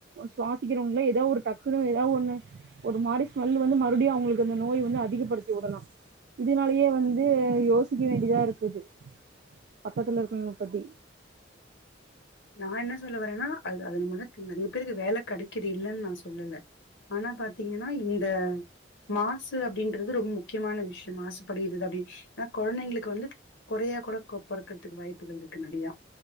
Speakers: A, on the right (about 55°); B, on the left (about 80°).
A: சுவாசிக்கிறவங்கல்லா எதோ ஒரு டக்குன்னு எதா ஒண்ணு ஒரு மாரி ஸ்மெல் வந்து மறுபடியு அவங்ளுக் அந்த நோய் வந்து அதிகப்படுத்தி விடனு இதனாலயே வந்து யோசிக்க வேண்டிதா இருக்குது பக்கத்துல இருக்கறவங்ள பத்தி
B: நா என்ன சொல்ல வர்றன்னா அது அதன் மூலோ நெறையா பேருக்கு வேல கெடைக்குது இல்லன் நா சொல்லல்ல ஆனா பாத்தீங்ன்னா இந்த மாசு அப்டின்றது ரொம்ப முக்கியமான விஷ்யோ மாசு படியிறது அப்டி அ கொழந்தைங்ளுக்கு வந்து கொறையா கூட க்கு கொப்பறத்துக்க வாய்ப்புகள் இருக்கு நெறையா